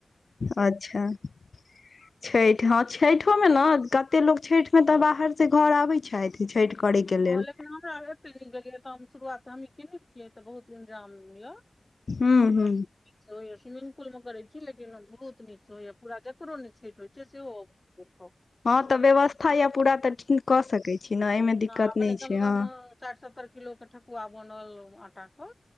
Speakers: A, on the left (about 60°); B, on the left (about 20°).
A: अच्छा छठि हँ छठोमे
B: छी
A: न कते लोक छठि मे तऽ बाहर से घर आबै छथि छठि करै के
B: हँ
A: लेल
B: लेकिन हमरा एते नीक गेलियै तऽ हम शुरुआतऽ हमही केने छियै तऽ बहुत इन्जाम ये
A: ह
B: अपन
A: ह
B: स्विमिंग पुल मे करै छी लेकिन बहुत तनी हो पूरा ककरो छठि होय य सेहो अबै छै देख
A: हँ तऽ व्यवस्था य पूरा तऽ कऽ सकै छी न एहि मे दिक्कत
B: आ मने
A: नहि
B: कम
A: छै
B: से कम
A: ह
B: साठि सत्तर किलो के ठकुआ बनल आटा क